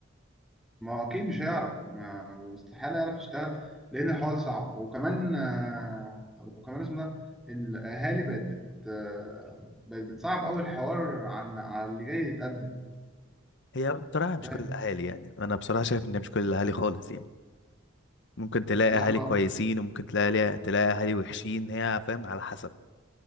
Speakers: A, in the centre; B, on the left.
A: ما هو اكيد مش هيعرف ما استحاله يعرف يشتغل لان الحوار صعب وكمان آه، وكمان اسمه ده الاهالي بقت بت آه، بقت بتصعب قوي الحوار عن على اللي جاي يتقدم
B: هي بصراحة مش
A: فاهم
B: كل الأهالي يعني أنا بصراحة شايف إن مش كل الأهالي خالص يعني ممكن تلاقي
A: لا
B: أهالي
A: ما
B: كويسين وممكن تلاقي تلاقي أهالي وحشين هي فاهم على حسب